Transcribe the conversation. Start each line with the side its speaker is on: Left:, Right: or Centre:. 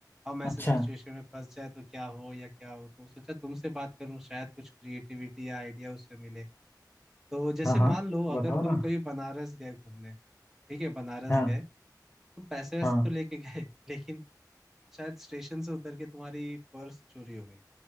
Centre: हम ऐसे
Left: अच्छा
Centre: सिचुएशन में फंस जाए तो क्या हो या क्या हो तो सोचा तुमसे बात करूं शायद कुछ क्रिएटिविटी या आइडिया उससे मिले तो जैसे
Left: हाँ हाँ
Centre: मान लो
Left: बताओ
Centre: अगर तुम
Left: ना
Centre: कभी बनारस गए घूमने ठीक है बनारस
Left: हाँ
Centre: गए तुम पैसे वैसे
Left: हाँ
Centre: तो लेके गए <laughs> लेकिन शायद स्टेशन से उतर के तुम्हारी पर्स चोरी हो गई